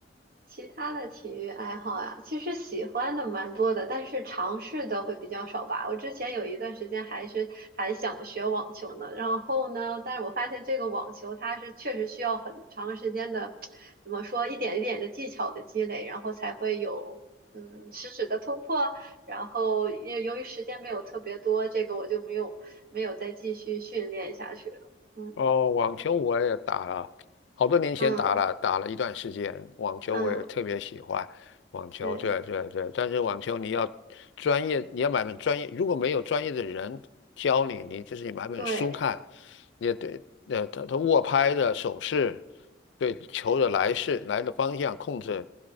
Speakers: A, on the right (about 50°); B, on the left (about 80°).
A: 其他的体育爱好啊，其实喜欢的蛮多的，但是尝试的会比较少吧。我之前有一段时间还是还想学网球呢，然后呢，但是我发现这个网球它是确实需要很长时间的，怎么说，一点一点的技巧的积累，然后才会有嗯实质的突破。然后也由于时间没有特别多，这个我就没有没有再继续训练下去了。嗯
B: 哦，网球我也打了，好多年前打了，
A: 嗯
B: 打了一段时间。网球我也特别喜欢网球，
A: 嗯，对
B: 对对对。但是网球你要专业，你要买本专业，如果没有专业的人教你，你就是你买本书看，
A: 对。
B: 你也对，呃，他他握拍的手势，对球的来势、来的方向控制，